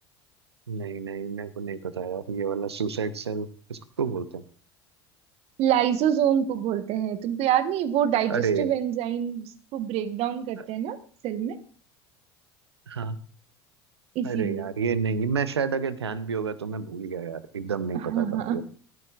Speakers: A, on the right (about 85°); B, on the right (about 50°).
A: नहीं नहीं मेरे को नहीं पता यार ये वाला सुसाइड सेल इसको तो बोलते हैं
B: लाइसोसोम को बोलते हैं तुमको याद नहीं वो डाइजेस्टिव
A: अरे
B: एंजाइम्स को ब्रेक डाउन करते
A: अ,
B: हैं ना सेल में
A: हाँ
B: इसीलिए
A: अरे यार ये नहीं मैं शायद अगर ध्यान भी होगा तो मैं भूल गया यार एकदम नहीं
B: <laughs> हाँ
A: पता था
B: हाँ
A: मुझे